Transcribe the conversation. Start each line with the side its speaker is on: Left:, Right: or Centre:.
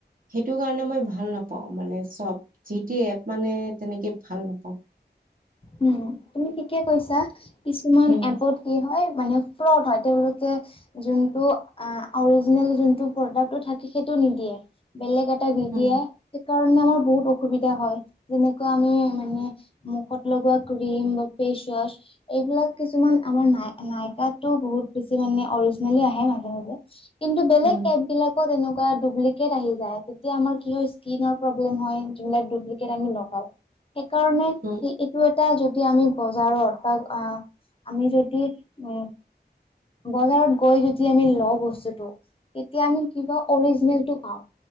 Right: সেইটো কাৰণে মই ভাল নাপাওঁ মানে চব যি ট এপ মানে তেনেকে ভাল নাপাওঁ
Left: উম তুমি ঠিকে কৈছা কিছুমান
Right: উম
Left: এপত কি হয় মানে ফ্ৰড হয় তেওঁলোকে যোনটো অৰিজিনেল যোনটো প্ৰডাক্টটো থাকে সেইটো নি দিয়ে বেলেগ দি
Right: উম
Left: দিয়ে সেইকাৰণে আমাৰ বহুত অসুবিধা হয় যেনেকুৱা আমি মানে মুখত এনেকোৱা কৰিম ফেচওৱাছ এইবিলাক কিছুমান আমাৰ নাই কিয়াতো বহুত বেছি মানে অৰিজনেল আহে মাজে মাজে কিন্তু বেলেগ
Right: উম।
Left: এপ বিলাকত এনে পুৰা দুপলিকেত আহি যায় তেতিয়া আমাৰ কি হয় ইচকিনৰ প্ৰব্লেম হয় যোনে দুবলিকেত আনি নকয় সেইকাৰণে
Right: উম
Left: এইটো এটা যদি আমি বজাৰত বা আমি যদি উ বজাৰত গৈ যদি আমি লওঁ বস্তুটো তেতিয়া আমি কিবা অৰিজিনেলটো পাওঁ